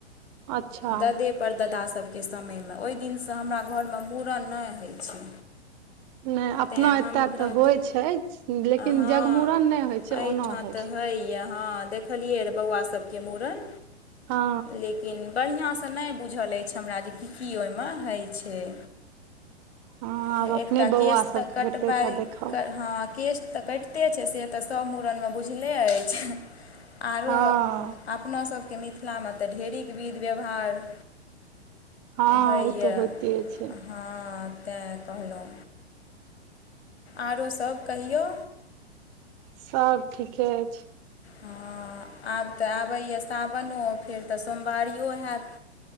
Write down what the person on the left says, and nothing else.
ददे परदादा सबके समयमे ओई दिनसँ हमरा घरमे मूड़न नै होइ छै
तेँ
हमरा
तऽ
हँ
एहिठाम
तऽ है या हँ देख देखलिरए बउआ सबके मुड़न
लेकिन बढिया स से नै बुझल अछि हमरा जे कि की ओहिमे होइ छै
ह
एकटा
केश
तऽ कटबाइ
हँ केश तऽ कटि- कते छै से तऽ सब मूड़नमे बुझले अछि आरो
अपना सब के मिथिलामे तऽ ढेरिक विध व्यवहार
होइए
हँ तैँ कहलौं आओरो सब कहियौ
हँ आब तऽ आबैए सावनो फेर तऽ सोमवारियो होयत